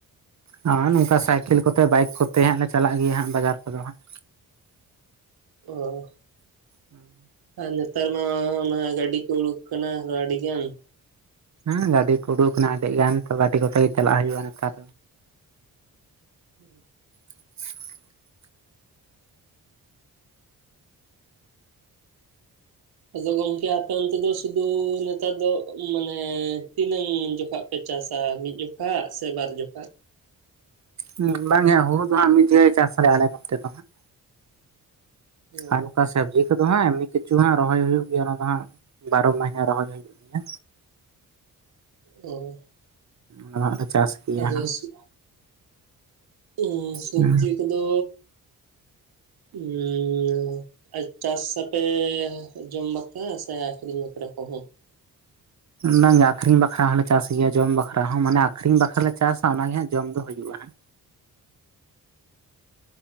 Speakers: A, on the right; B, on the right.
A: ᱟᱸ ᱱᱚᱝᱠᱟ ᱥᱟᱭᱠᱮᱞ ᱠᱚᱛᱮ ᱵᱟᱭᱤᱠ ᱠᱚᱛᱮ ᱦᱟᱸᱜ ᱞᱮ ᱪᱟᱞᱟᱜ ᱜᱮᱭᱟ ᱦᱟᱸᱜ ᱵᱟᱡᱟᱨ ᱠᱚᱫᱚ ᱦᱟᱸᱜ᱾
B: ᱚᱦᱚ᱾
A: ᱦᱩᱸ,
B: ᱟᱨ ᱱᱮᱛᱟᱨ ᱢᱟ ᱚᱱᱟ ᱜᱟᱹᱰᱤ ᱠᱚ ᱩᱰᱩᱠ ᱟᱠᱟᱱᱟ ᱟᱫᱚ ᱟᱹᱰᱤ ᱜᱟᱱ,
A: ᱦᱮᱸ ᱜᱟᱹᱰᱤ ᱠᱚ ᱩᱰᱩᱠ ᱟᱠᱟᱱᱟ ᱟᱹᱰᱤ ᱜᱟᱱ ᱛᱚ ᱜᱟᱹᱰᱤ ᱠᱚᱛᱮ ᱜᱮ ᱪᱟᱞᱟᱜ ᱦᱩᱭᱩᱜ-ᱟ ᱱᱮᱛᱟᱨ ᱫᱚ᱾
B: ᱦᱩᱸ,
A: <inaudible>
B: ᱟᱫᱚ ᱜᱚᱝᱠᱮ ᱟᱯᱮ ᱚᱱᱛᱮ ᱫᱚ ᱥᱩᱫᱩ ᱱᱮᱛᱟᱨ ᱫᱚᱜ ᱢᱟᱱᱮ ᱛᱤᱱᱟᱹᱝ ᱡᱚᱠᱟᱜ ᱯᱮ ᱪᱟᱥᱼᱟ, ᱢᱤᱫ ᱡᱚᱠᱷᱟᱜ ᱥᱮ ᱵᱟᱨ ᱡᱚᱠᱷᱟᱜ?
A: ᱦᱮᱸ ᱵᱟᱝ ᱜᱮ ᱦᱟᱸᱜ ᱦᱩᱲᱩ ᱫᱚ ᱦᱟᱸᱜ ᱢᱤᱫ ᱡᱮᱠᱷᱟ ᱜᱮ ᱪᱟᱥ ᱟᱞᱮ, ᱟᱞᱮ ᱱᱚᱱᱛᱮ ᱫᱚ ᱦᱟᱸᱜ᱾
B: ᱚ
A: ᱟᱨ ᱱᱚᱠᱟ ᱥᱟᱵᱽᱡᱤ ᱠᱚᱫᱚ ᱦᱟᱸᱜ ᱮᱢᱱᱤ ᱠᱤᱪᱷᱩ ᱦᱟᱸᱜ ᱨᱚᱦᱚᱭ ᱦᱩᱭᱩᱜ ᱜᱮᱭᱟ ᱚᱱᱟ ᱫᱚ ᱦᱟᱸᱜ ᱵᱟᱨᱚ ᱢᱟᱹᱦᱤᱱᱟᱹ ᱨᱚᱦᱚᱭ ᱦᱩᱭᱩᱜ ᱜᱮᱭᱟ᱾
B: ᱚ,
A: ᱦᱩᱸ ᱚᱱᱟ ᱫᱚ ᱦᱟᱸᱜ ᱚᱱᱟ ᱪᱟᱥ ᱜᱮᱭᱟ
B: ᱟᱫᱚ
A: ᱦᱟᱸᱜ
B: ᱥ- ᱩᱸ ᱥᱚᱵᱽᱡᱤ
A: ᱦᱩᱸ
B: ᱠᱚᱫᱚ, ᱩᱸᱻᱟᱹ ᱟᱪ ᱪᱟᱥ ᱟᱛᱮ ᱡᱚᱢ ᱵᱟᱠᱷᱨᱟ ᱥᱮ ᱟᱹᱠᱷᱨᱤᱧ ᱵᱟᱠᱷᱨᱟ ᱠᱚᱦᱚᱸ?
A: ᱵᱟᱝ ᱜᱮ ᱟᱹᱠᱷᱨᱤᱧ ᱵᱟᱠᱷᱨᱟ ᱦᱚᱸᱞᱮ ᱪᱟᱥ ᱜᱮᱭᱟ ᱡᱚᱢ ᱵᱟᱠᱷᱨᱟ ᱦᱚᱸ ᱢᱟᱱᱮ ᱟᱹᱠᱷᱨᱤᱧ ᱵᱟᱠᱷᱨᱟ ᱞᱮ ᱪᱟᱥᱼᱟ ᱚᱱᱟᱜᱮ ᱦᱟᱸᱜ ᱡᱚᱢ ᱫᱚ ᱦᱩᱭᱩᱜ-ᱟ ᱦᱟᱸᱜ᱾